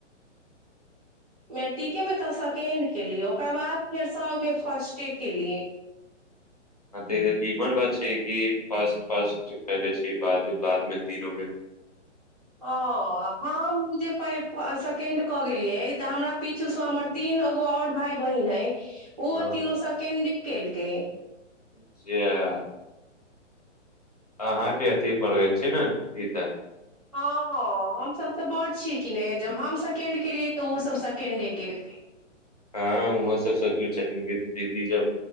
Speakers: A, on the right (about 30°); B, on the left (about 35°).
A: मैट्रिकेमे तऽ सेकेण्ड केली ओककर बाद फेर सभमे फर्स्टे केलियै
B: हँ तऽ ई तीमर बात छै कि फर्स्ट फर्स्ट कले छी बाद बादमे तीनोमे
A: ओ हम जे प सेकेण्ड कऽ गेलियै तऽ हमरा पीछुसँ हमर तीन एगो आओर भाय बहिन अइ ओहो
B: हँ
A: तीनू सेकेण्डे केलकै
B: जा अहाँके अथिी प गेलल छै। ने रीता
A: हँ हमसभ तऽ बड़ छियै कि नहि जब हम सेकेण्ड केलियै तऽ ओसभ सेकेण्डे केलकै
B: हँ ओहो सभ सोचले छथिन कि दीदी जब